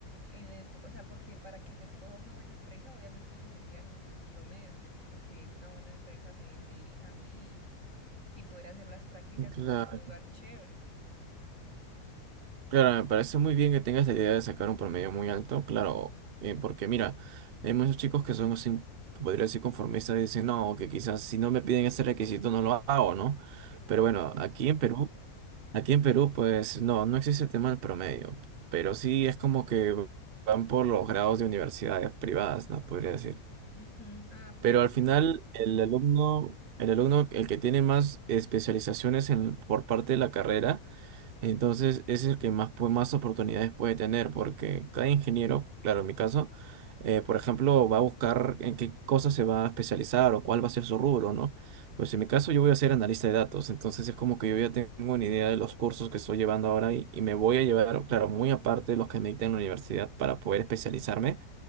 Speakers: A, on the right; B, on the right.
A: en el- o sea, porque para que te escoja una buena empresa, obviamente ellos se fijan en tus promedios. Yo quiero que una buena empresa me, me elija a mí y, poder hacer las prácticas
B: Claro.
A: pues en un lugar chévere.
B: Claro, me parece muy bien que tengas la idea de sacar un promedio muy alto, claro, eh, porque mira, hay muchos chicos que son así, podría decir conformistas y dicen, no, que quizás si no me piden ese requisito no lo hago, ¿no?
A: Exacto.
B: Pero bueno, aquí en Perú, aquí en Perú, pues no, no existe el tema del promedio, pero sí es como que van por los grados de universidades privadas, ¿no? Podría decir.
A: Ujú. Ah, bueno,
B: Pero al
A: sí,
B: final, el alumno, el alumno, el que tiene más especializaciones en, por parte de la carrera, entonces, ese es el que más, pues, más oportunidades puede tener, porque cada ingeniero, claro, en mi caso, eh, por ejemplo, va a buscar en qué cosa se va a especializar o cuál va a ser su rubro, ¿no? Pues en mi caso yo voy a ser analista de datos, entonces es como que yo ya tengo una idea de los cursos que estoy llevando ahora y, y me voy a llevar, claro, muy aparte de los que me dictan en la universidad para poder especializarme